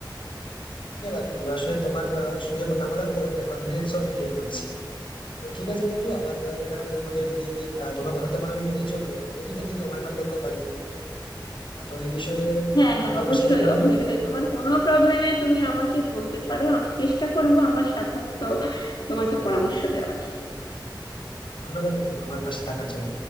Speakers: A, on the left (about 90°); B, on the left (about 65°).
A: একেবারে বন্ধু আসলে তোমার আহ, সঙ্গে কথা বলার পর একটা কনফিডেন্স আমি ফিল করছি তো ঠিক আছে বন্ধু আবার পরে দেখা হবে তোমাকে যদি আহ, তোমার কথা তখন আমি মেনেই চলবো দেখি যদি ওভারকাম করতে পারি আহ, তো এই বিষয়ে
B: হ্যাঁ হ্যাঁ
A: আমি তোমার
B: অবশ্যই
A: সাথে কথা বলে
B: অবশ্যই তোমার কোনো প্রবলেমে তুমি আমাকে বলতে পারো আমি চেষ্টা করব আমার সাধ্যমতো তোমাকে
A: আহ,
B: পরামর্শ দেওয়ার
A: ধন্যবাদ বন্ধু আমার পাশে থাকার জন্য